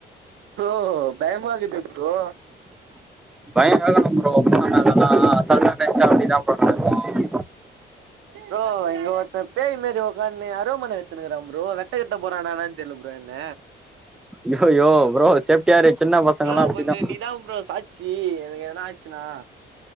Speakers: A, on the right; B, in the centre.
A: ப்ரோ பயமாருக்குது ப்ரோ
B: பய வேகனு ப்ரோ புன மேல ல்லா அசால்டா நெனச்சா அப்டி தா ப்ரோ நடக்கும்
A: ப்ரோ இங்க ஒர்த்தே பேய் மாறி உக்கான்டு அருவாமன எத்துனுங்கிறா ப்ரோ வெட்ட கிட்ட போற நானான்னு தெரியல ப்ரோ என்ன
B: யோயோ ப்ரோ சேஃப் ட்டியாயிரு சின்ன பசங்களாம்
A: ப்ரோ
B: அப்டிதான்
A: கொஞ்சோ நீதா ப்ரோ சாட்சி எனக்கு எதனா ஆச்சுன்னா